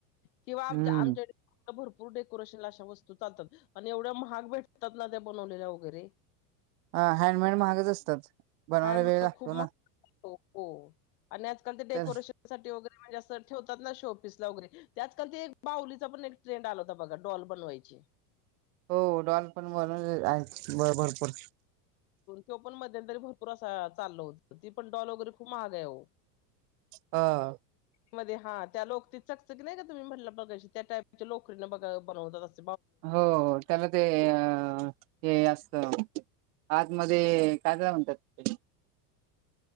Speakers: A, on the left; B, on the right.
A: किंवा आमच्या
B: हम्म
A: आमच्याकडे भरपूर डेकोरेशन अशा वस्तू चालतात आणि एवढ्या महाग भेटतात ना त्या बनवलेल्या वगैरे!
B: ह हँडमेड महागच असतात. बनवायला
A: हँडमेड
B: वेळ लागतो
A: खूप महाग
B: ना
A: हो आणि आजकाल ते डेकोरेशनसाठी
B: तर
A: वगैरे म्हणजे जे अस ठेवतात ना शोपीस ला वगैरे ते आजकाल ते एक बाहुलीचा पण एक ट्रेड आला होता बघा डॉल बनवायची. <inaudible>
B: हो डॉल पण बनवलेल्या आहेत भरपूर.
A: तो पण मध्यंतरी भरपूर आसं चाल होत ती पण डॉल वगैरे खूप महाग आहे ओ.
B: हा.
A: मध्ये हा त्या लोकरी चकं चकी नाही का तुम्ही म्हटला मगाशी त्या टाईपच्या लोकरीनं ब बनवतात अस
B: हो ओ त्याला ते अ हे असत आतमध्येध्ये काय झा म्हणतात.